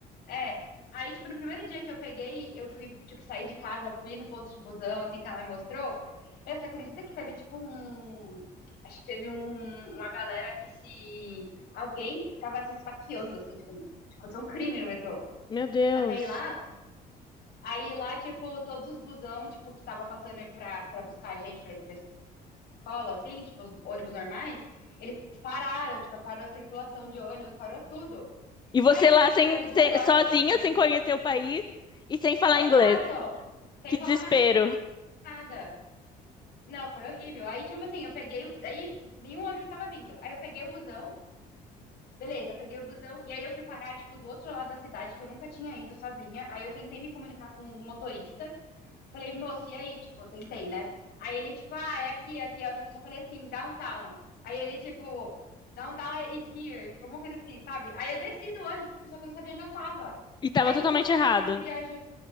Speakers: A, on the left; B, on the left.
A: é. Aí, tipo, no primeiro dia que eu peguei, eu fui, tipo, sair de casa, fui no ponto de busão, assim, que ela me mostrou. Meu, você acredita que teve, tipo, um. Acho que teve um- uma galera que se. Alguém tava se esfaqueando, assim, tipo, tipo, aconteceu um crime no metrô.
B: Meu Deus.
A: Só que aí lá, aí lá, tipo, todos os busão, tipo, que tava passando pra, pra buscar a gente pra ir pra escola, assim, tipo, os ônibus normais, eles pararam, tipo, parou a circulação de ônibus, parou tudo.
B: E você
A: Aí eu
B: lá
A: fiquei esperando
B: sem,
A: duas
B: sem-
A: horas
B: sozinha,
A: no ponto de
B: sem conhecer o país e sem falar
A: Exato.
B: inglês.
A: Sem
B: Que
A: falar
B: desespero.
A: na- nada. Não, foi horrível. Aí, tipo assim, eu peguei. o bu- Aí, nenhum ônibus estava vindo. Aí, eu peguei o busão. Beleza, peguei o busão. E aí, eu fui parar, tipo, do outro lado da cidade, que eu nunca tinha ido sozinha. Aí, eu tentei me comunicar com o motorista. Falei, moço, e aí? Tipo, tentei, né? Aí, ele, tipo, ah, é aqui, é aqui. Aí, eu só falei assim, downtown. Aí, ele, tipo, downtown is here. Tipo, alguma coisa assim, sabe? Aí, eu desci do ônibus, só que eu não sabia onde eu tava.
B: E tava
A: Aí,
B: totalmente
A: tipo,
B: errado.
A: eu tive que pedir ajuda.